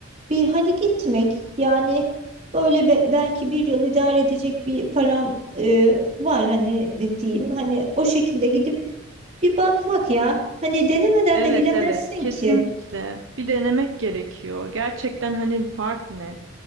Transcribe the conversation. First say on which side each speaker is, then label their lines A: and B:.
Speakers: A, on the right; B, on the right.
A: bir hani gitmek yani böyle be- belki bir yıl idare edecek bir param e, var hani ne diyeyim hani o şekilde gidip bir bakmak ya hani denemeden
B: Evet
A: de bilemezsin
B: evet kesinlikle.
A: ki
B: Bir denemek gerekiyor. Gerçekten hani fark ne?